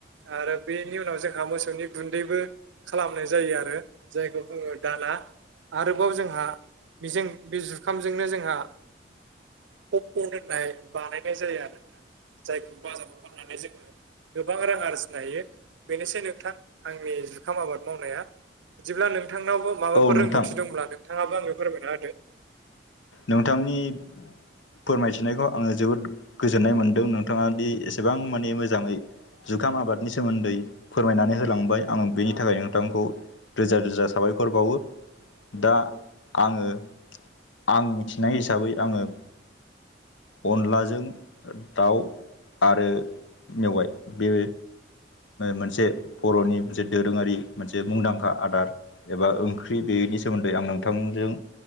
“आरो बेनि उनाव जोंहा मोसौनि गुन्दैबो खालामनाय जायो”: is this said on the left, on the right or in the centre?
Right